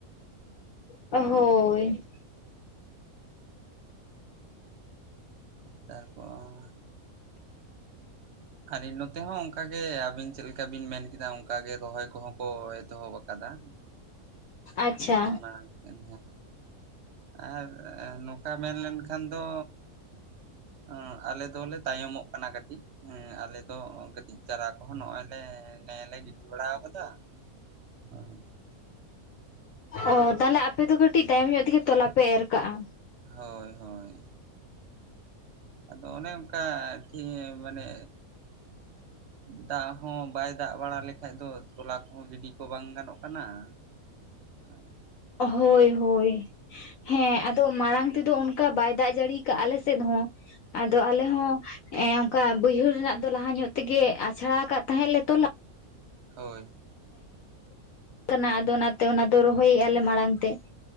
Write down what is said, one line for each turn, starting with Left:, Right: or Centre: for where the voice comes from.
Left: ᱦᱳᱭ,
Right: ᱛᱟᱨᱯᱚᱨ ᱟᱞᱤᱧ ᱱᱚᱛᱮ ᱦᱚᱸ ᱚᱱᱠᱟ ᱜᱮ ᱟᱵᱤᱱ ᱪᱮᱫ ᱞᱮᱠᱟ ᱵᱤᱱ ᱢᱮᱱ- ᱠᱮᱫᱟ ᱚᱱᱠᱟ ᱜᱮ ᱨᱚᱦᱚᱭ ᱠᱚᱦᱚᱸ ᱠᱚ ᱮᱛᱚᱦᱚᱵ ᱟᱠᱟᱫᱟ᱾
Left: ᱟᱪᱪᱷᱟ
Right: ᱢᱟᱲᱟᱝ ᱦᱮᱸ ᱟᱨ ᱱᱚᱝᱠᱟ ᱢᱮᱱ ᱞᱮᱱᱠᱷᱟᱱ ᱫᱚ ᱚᱸ ᱟᱞᱮ ᱫᱚᱞᱮ ᱛᱟᱭᱚᱢᱚᱜ ᱠᱟᱱᱟ ᱠᱟᱹᱴᱤᱡ᱾ ᱦᱮᱸ ᱟᱞᱮ ᱫᱚ ᱠᱟᱹᱴᱤᱡ ᱪᱟᱨᱟ ᱠᱚᱦᱚᱸ ᱱᱚᱜ-ᱚᱭ ᱞᱮ ᱱᱮ-ᱮᱸ ᱜᱤᱰᱤ ᱵᱟᱲᱟᱣ ᱟᱠᱟᱫᱟ᱾ ᱚ
Left: ᱚ ᱛᱟᱦᱚᱞᱮ ᱟᱯᱮ ᱫᱚ ᱠᱟᱹᱴᱤᱡ ᱛᱟᱭᱚᱢ ᱧᱚᱜ ᱛᱮᱜᱮ ᱛᱚᱞᱟ ᱯᱮ ᱮᱨ ᱠᱟᱜ-ᱟ᱾
Right: ᱦᱳᱭ ᱦᱳᱭ, ᱟᱫᱚ ᱚᱱᱮ ᱚᱱᱠᱟ <unintelligible> ᱢᱟᱱᱮ ᱫᱟᱜ ᱦᱚᱸ ᱵᱟᱭ ᱫᱟᱜ ᱵᱟᱲᱟ ᱞᱮᱠᱷᱟᱡ ᱫᱚ ᱛᱚᱞᱟ ᱠᱚᱦᱚᱸ ᱜᱤᱰᱤ ᱠᱚ ᱵᱟᱝ ᱜᱟᱱᱚᱜ ᱠᱟᱱᱟ᱾ <inaudible>
Left: ᱦᱳᱭ ᱦᱳᱭ, ᱦᱮᱸ ᱟᱫᱚ ᱢᱟᱲᱟᱝ ᱛᱮᱫᱚ ᱚᱱᱠᱟ ᱵᱟᱭ ᱫᱟᱜ ᱡᱟᱹᱲᱤᱭ ᱟᱠᱟᱫ-ᱟ ᱟᱞᱮ ᱥᱮᱫ ᱦᱚᱸ᱾ ᱟᱫᱚ ᱟᱞᱮ ᱦᱚᱸ ᱮ ᱚᱱᱠᱟ ᱵᱟᱹᱭᱦᱟᱹᱲ ᱨᱮᱱᱟᱜ ᱫᱚ ᱞᱟᱦᱟ ᱧᱚᱜ ᱛᱮᱜᱮ ᱟᱪᱷᱲᱟ ᱟᱠᱟᱫ ᱛᱟᱦᱮᱸᱜ ᱞᱮ ᱛᱚᱞᱟ᱾
Right: ᱦᱳᱭ᱾
Left: ᱠᱟᱱᱟ ᱟᱫᱚ ᱚᱱᱟ ᱛᱮ ᱚᱱᱟ ᱫᱚ ᱨᱚᱦᱚᱭᱮᱜ-ᱟ ᱞᱮ ᱢᱟᱲᱟᱝ ᱛᱮ᱾